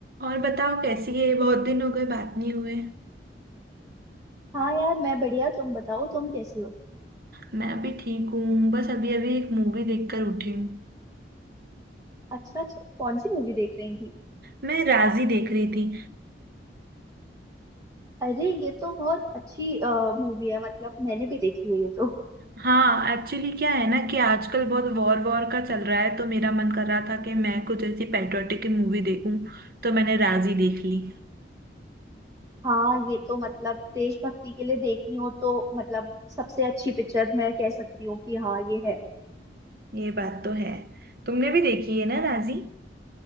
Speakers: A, on the right; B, on the right.
A: और बताओ कैसी है बहुत दिन हो गए बात नहीं हुए
B: हाँ यार मैं बढ़िया तुम बताओ तुम कैसी हो
A: मैं भी ठीक हूँ बस अभी अभी एक मूवी देखकर उठी हूँ
B: अच्छा अच्छा कौन सी मूवी देख रही थी
A: मैं राजी देख रही थी
B: अरे ये तो बहुत अच्छी मूवी है मतलब मैंने भी देखी है ये तो
A: हाँ एक्चुअली क्या है ना कि आजकल बहुत वॉर वॉर का चल रहा है तो मेरा मन कर रहा था कि मैं कुछ ऐसी पैट्रियोटिक मूवी देखूं तो मैंने राजी देख ली
B: हाँ ये तो मतलब देशभक्ति के लिए देखी हो तो मतलब सबसे अच्छी पिक्चर मैं कह सकती हूँ कि हाँ ये है
A: ये बात तो है तुमने भी देखी है ना राजी